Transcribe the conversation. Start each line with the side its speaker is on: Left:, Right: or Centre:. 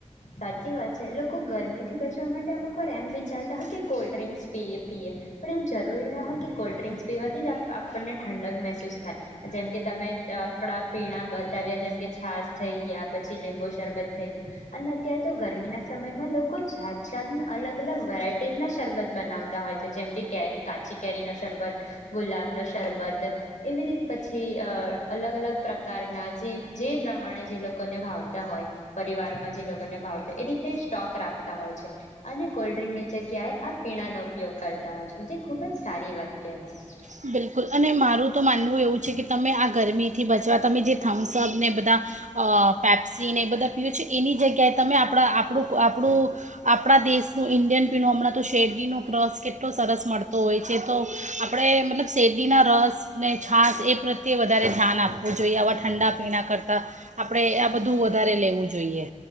Left: સાચી વાત છે લોકો ગરમી થી બચ <unintelligible> અમુક વાર એમ વિચારતા હોય કે કોલ્ડ ડ્રિક્સ પ પીએ પણ એવું જરૂરી ના હોય કે કોલ્ડ ડ્રિંક્સ પીવાથી જ આપણને ઠંડક મહેસૂસ થાય જેમકે તમે આપણા પીણા બતાવ્યા જેમકે છાસ થઈ ગયા પછી લીંબુ શરબત થઈ ગયું. અને અત્યારે તો ગરમીના સમયમાં લોકો જાત જાત અલગ અલગ વેરાયટીઝના શરબત બનાવતા હોય તો જેમ કે કેરી કાચી કેરીનો શરબત, ગુલાબનો શરબત એવી રીતે પછી અ અલગ અલગ પ્રકારના જે જે પ્રમાણે જે લોકોને ભાવતા હોય પરિવાર એમા જે લોકો ને ભાવે તે એ રીતે સ્ટોક રાખતા હોય છે અને કોલ્ડ્રિંકની જગ્યાએ આ પીણાનો ઉપયોગ કરતા હોય છે જે ખુબ જ સારી વાત કહેવાય.
Right: બિલકુલ અને મારું તો માનવું એવું છે કે તમે આ ગરમીથી બચવા તમે જે થમ્સઅપ ને એ બધા અ પેપ્સીને એ બધા પીઓ છે એની જગ્યાએ તમે આપણા આપણું આપણું આપણા દેશનું ઇન્ડિયન પીણું હમણાં તો શેરડીનો ક્રશ કેટલો સરસ મળતો હોય છે તો આપણે મતલબ શેરડીના રસ ને છાસ એ પ્રત્યે વધારે ધ્યાન આપવું જોઈએ આવા ઠંડા પીણા કરતાં આપણે આ બધું વધારે લેવું જોઈએ.